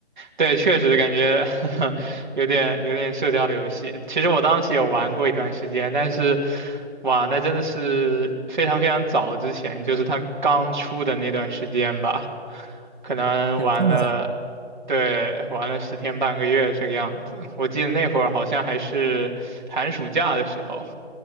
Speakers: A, on the right; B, on the right.
A: 对，确实感觉 <laughs> 有点有点社交游戏。其实我当时也玩过一段时间，但是，哇，那真的是非常非常早之前，就是它刚出的那段时间吧，可能玩了，
B: 有这么早吗？
A: 对，玩了十天半个月这个样子。我记得那会儿好像还是寒暑假的时候，